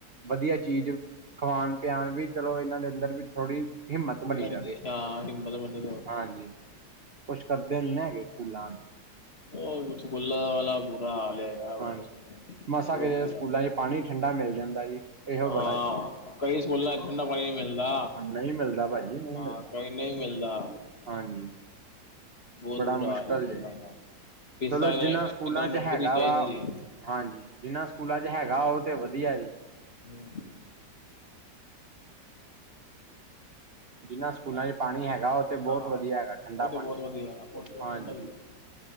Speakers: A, on the right; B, on the left.
A: ਵਧੀਆ ਚੀਜ਼ ਖਵਾਣ ਪਿਆਣ ਵੀ ਚਲੋ ਏਨਾਂ ਦੇ ਅੰਦਰ ਵੀ ਥੋੜ੍ਹੀ ਹਿੰਮਤ ਬਣੀ
B: ਐਲਰਜੀ
A: ਰਵੇ,
B: ਹਾਂ ਹਿੰਮਤ ਬਣੀ
A: ਹਾਂਜੀ। ਕੁਛ ਕਰਦੇ ਨੀ ਨਾ ਹੈਗੇ ਸਕੂਲਾਂ ਆ
B: ਔ ਕੁਛ ਸਕੂਲਾਂ ਵਾਲਾ ਬੁਰਾ ਹਾਲ ਐ ਯਾਰ
A: ਹਾਂਜੀ
B: ਬੋਤ
A: ਮਸਾਂ ਕਿਤੇ
B: ਬੁਰਾ
A: ਸਕੂਲਾਂ ਚ ਪਾਣੀ ਠੰਡਾ ਮਿਲ ਜਾਂਦੈ ਜੀ। ਇਹੋ
B: ਹਾਂ,
A: ਬੜਾ ਜੀ
B: ਕਈ ਸਕੂਲਾਂ ਇੱਚ ਠੰਡਾ ਪਾਣੀ ਨਈ ਮਿਲਦਾ।
A: ਹੁਣ ਨਹੀਂ ਮਿਲਦਾ ਭਾਜੀ ਨਹੀਂ
B: ਹਾਂ।
A: ਮਿਲਦਾ
B: ਕਈ ਨਈ ਮਿਲਦਾ।
A: ਹਾਂਜੀ।
B: ਬਹੁਤ
A: ਬੜਾ
B: ਬੁਰਾ
A: ਮੁਸ਼ਕਲ
B: ਹਾਲ ਏ ਸਕੂਲਾਂ
A: ਜੇ।
B: ਦਾ। ਫੀਸਾਂ
A: ਚਲੋ ਜਿੰਨਾ
B: ਇਹਨਾਂ
A: ਸਕੂਲਾਂ
B: ਨੂੰ
A: 'ਚ
B: ਪੂਰੀ
A: ਹੈਗਾ
B: ਚਾਹੀਦੀ
A: ਵਾ
B: ਏ।
A: ਹਾਂਜੀ, ਜਿੰਨਾਂ ਸਕੂਲਾਂ 'ਚ ਹੈਗਾ
B: ਹੂੰ
A: ਔ ਤੇ ਵਧੀਆ ਜੀ।
B: ਹੂੰ।
A: ਜਿੰਨਾ ਸਕੂਲਾਂ ਚ ਪਾਣੀ ਹੈਗਾ ਉਹ ਤੇ ਬਹੁਤ
B: ਹਾਂ
A: ਵਧੀਆ ਹੈਗਾ ਠੰਡਾ
B: ਔ ਤੇ
A: ਪਾਣੀ
B: ਬੋਤ ਵਧੀਆ। ਔ ਤੇ ਠੰਡਾ
A: ਹਾਂਜੀ
B: ਈ ਏ।